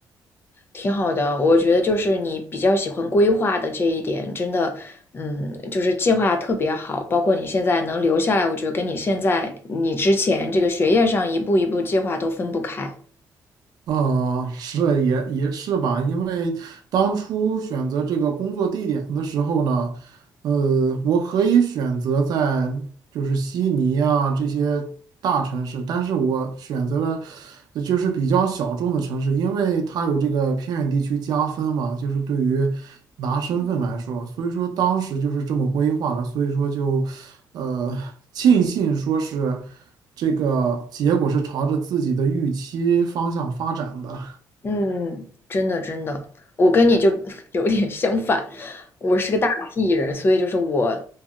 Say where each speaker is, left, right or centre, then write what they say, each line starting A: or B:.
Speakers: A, on the left; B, on the right.
A: 挺好的。我觉得就是你比较喜欢规划的这一点，真的，嗯，就是计划特别好。包括你现在能留下来，我觉得跟你现在你之前这个学业上一步一步计划都分不开。
B: 啊、是也也是吧，因为当初选择这个工作地点的时候呢，呃，我可以选择在就是悉尼啊这些大城市，但是我选择了呃就是比较小众的城市，因为它有这个偏远地区加分嘛，就是对于拿身份来说，所以说当时就是这么规划了，所以说就呃庆幸说是这个结果是朝着自己的预期方向发展的，
A: 嗯，真的真的，我跟你就 <laughs> 有点相反，我是个大 P 人，所以就是我